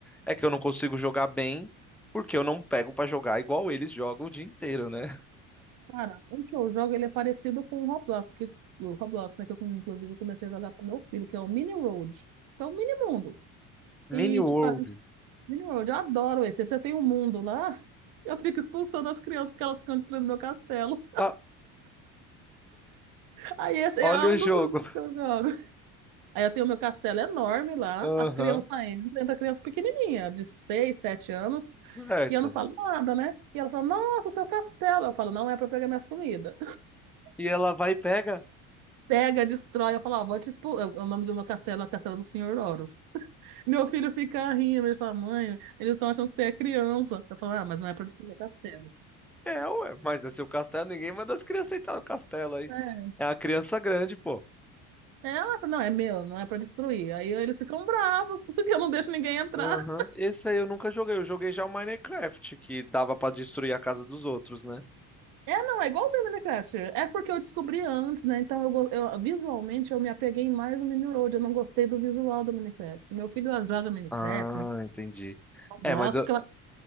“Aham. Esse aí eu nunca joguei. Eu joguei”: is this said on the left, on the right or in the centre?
Centre